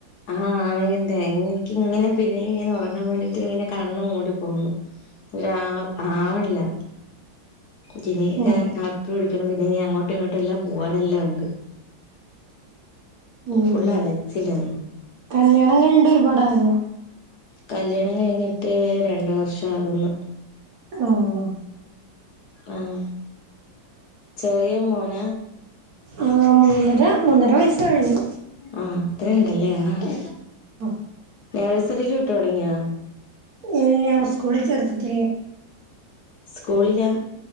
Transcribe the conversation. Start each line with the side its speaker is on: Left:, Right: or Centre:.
Left: ആഹ് ആയെന്ത എനിക്ക് ഇങ്ങനെ പിന്നേം ഇങ്ങനെ ഉറങ്ങാൻ വേണ്ടിട്ട് ഇങ്ങനെ കണ്ണു മൂടി പോവുന്നു ഒരാവ്‌ ആവ്ണ്ല്ല പിന്നീട്
Right: ആഹ്
Left: കാപ്പികുടിക്കണം പിന്നെ ഇനി അങ്ങോട്ടും ഇങ്ങോട്ടും എല്ലാം പോവാന് എല്ലാം ഉണ്ട്
Right: ഉം
Left: ഫുള്ള് അലച്ചിലാ
Right: കല്യാണം കഴിഞ്ഞിട്ട് ഒരുപാടായോ
Left: കല്യാണം കഴിഞ്ഞിട്ട് രണ്ട് വർഷം ആകുന്നു
Right: ആഹ്
Left: ആഹ് ചെറിയ മോന
Right: ആഹ് മൂന്നര മൂന്നര വയസ്സ് കഴിഞ്ഞു
Left: ആഹ് അത്രണ്ടല്ലേ ആഹ്
Right: വഹ്
Left: നേഴ്സറില് വിട്ടു തുടങ്ങിയോ
Right: ഇല്ല്യ സ്കൂളിൽ ചേർത്തിട്ടില്ല
Left: സ്കൂളില